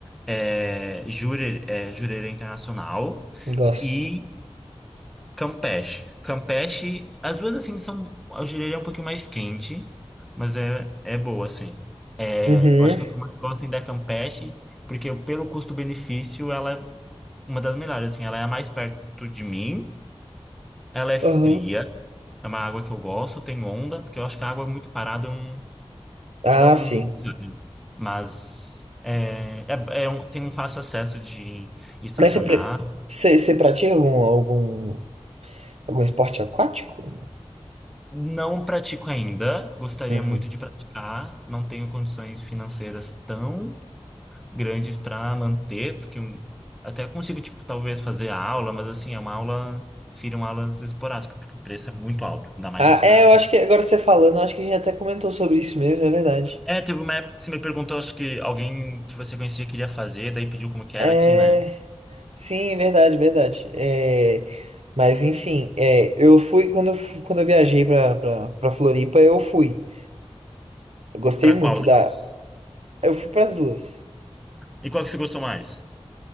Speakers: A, in the centre; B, on the right.
A: É, Jurer, é, Jureira Internacional.
B: Gosto.
A: E Campeche. Campeche, as duas assim são, eu diria, um pouquinho mais quente, mas é, é boa, assim. É,
B: Uhum.
A: eu acho que o que eu mais gosto ainda é Campeche, porque pelo custo-benefício ela é uma das melhores, assim, ela é a mais perto de mim, ela é fria,
B: Uhum.
A: é uma água que eu gosto, tem onda, porque eu acho que a água muito parada eu não-
B: Ah,
A: me dá um...
B: sim.
A: Mas é, é, é um- tem um fácil acesso de estacionar,
B: Mas você, pre- você, você pratica algum, algum, algum esporte aquático?
A: Não pratico ainda, gostaria
B: Uhum.
A: muito de praticar, não tenho condições financeiras tão grandes para manter, porque um- até consigo, tipo, talvez fazer a aula, mas assim, é uma aula, seriam aulas esporádicas, porque o preço é muito alto, ainda mais
B: Ah,
A: aqui
B: é,
A: na.
B: eu acho que agora você falando, eu acho que a gente até comentou sobre isso mesmo, é verdade.
A: É, teve uma época que você me perguntou, acho que alguém que você conhecia queria fazer, daí pediu como que era
B: É,
A: aqui, né?
B: sim, é verdade, é verdade. É, mas enfim, é, eu fui quando eu, fu- quando eu viajei pra, pra, pra Floripa, eu fui. Eu gostei
A: Para
B: muito
A: qual delas?
B: da. Eu fui pras duas.
A: E qual que você gostou mais?